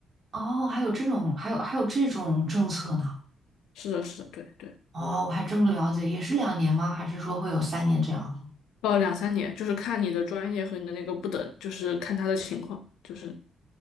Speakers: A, on the right; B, on the left.
A: 哦，还有这种，还有还有这种政策呢？
B: 是的，是的，对对，
A: 哦，我还真不了解，也是两年吗？还是说会有三年这样？
B: 呃，两三年，就是看你的专业和你的那个不等，就是看他的情况，就是